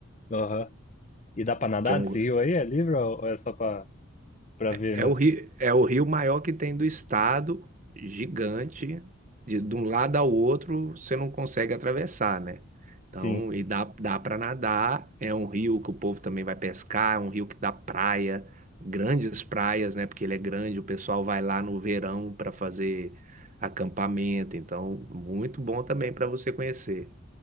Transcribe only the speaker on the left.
Aham. E dá pra nadar
desse rio aí? É livre ou ou é só pra, pra ver
mesmo?
Sim.